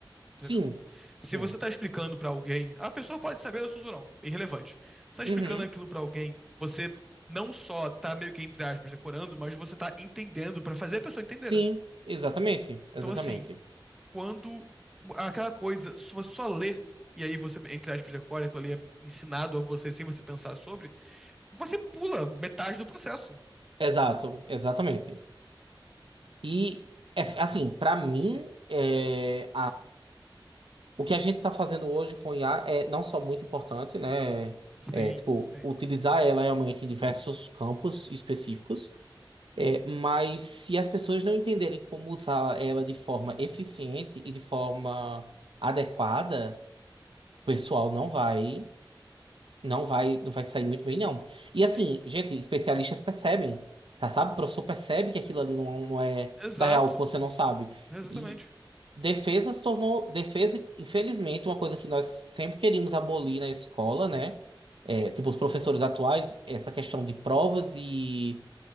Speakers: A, in the centre; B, on the right.
A: entendeu?
B: Sim.
A: Se
B: Sim.
A: você tá explicando pra alguém, a pessoa pode saber do assunto ou não, é irrelevante. Você tá explicando
B: Uhum.
A: aquilo pra alguém, você não só tá meio que, entre aspas, decorando, mas você tá entendendo pra fazer a pessoa entender,
B: Sim,
A: né?
B: exatamente. Exatamente.
A: Então, assim, quando aquela coisa, se você só lê, e aí você, entre aspas, decora, aquilo ali é ensinado a você sem você pensar sobre, você pula metade do processo.
B: Exato, exatamente. E é, assim, pra mim, é, O que a gente está fazendo hoje com IA é não só muito importante, né? É,
A: Sim,
B: tipo,
A: sim.
B: utilizar ela realmente em diversos campos específicos, é, mas se as pessoas não entenderem como usar ela de forma eficiente e de forma adequada, o pessoal não vai. Não vai, não vai sair muito bem, não. E assim,
A: Sim,
B: gente, especialistas percebem, tá? Sabe? O professor percebe que aquilo ali não, não é,
A: exato.
B: tá real, que você não sabe.
A: Exatamente.
B: E defesa se tornou, defesa, infelizmente, uma coisa que nós sempre queríamos abolir na escola, né? É, tipo, os professores atuais, essa questão de provas e